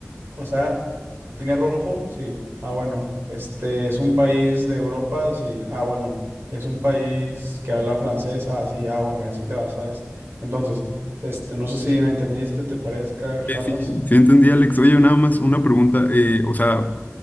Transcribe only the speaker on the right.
O sea, ¿tiene rojo? Sí. Ah, bueno. Este es un país de Europa, sí. Ah, bueno. Es un país que habla francés. Ah, sí. Ah, bueno, y así te vas, ¿sabes? Entonces, este, no sé si me entendiste, te parezca, jalas.